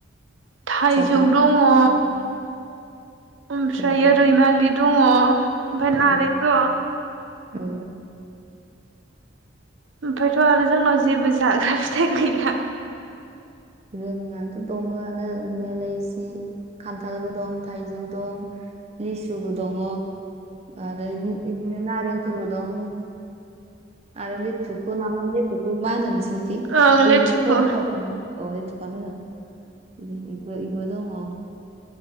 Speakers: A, on the right; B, on the right.
A: थाइजौ
B: जाग्रा
A: दंङो
B: औ
A: ओमफ्राय
B: ओं
A: रैमालि दंङो ओमफफ्राय नारें
B: ओं
A: दं
B: औ
A: ओमफ्रायायथ' आरो जोंनाव जेबो जाग्रा फिथाइ गैला
B: जोंनााथ' दंङो आनो दफनाया एसे खान्थालबो दं थाइजौ दं लिसुबो दंङो आरो बिदिनो नारें फोरबो दं आरोदि थुख न माने थुख मा होनस नि
A: ओं
B: बेै
A: लेथुखु
B: फवानि अ लेथुखुयानो होनो इबो दंङो